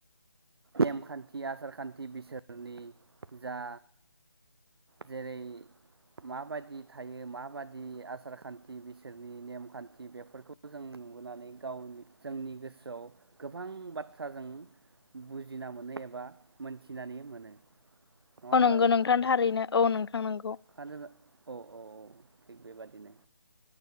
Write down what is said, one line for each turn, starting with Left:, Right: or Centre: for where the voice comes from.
Right: नेमखान्थि आसार खान्थि बिसोरनि जा जेरै माबायदि थायो माबादि आसार खान्थि बिसोरनि नेमखान्थि बेफोरखौ जों नुबोनानै गावनि जोंनि गोसोआव गोबां बाथ्रा जों बुजिना मोनो एबा मोनथिनानै मोनो नङा
Left: औ
Right: होमबा
Left: नंगौ नोंथां थारैनो औ नोंथां
Right: <unintelligible>
Left: नंगौ
Right: औ थिग बेबादिनो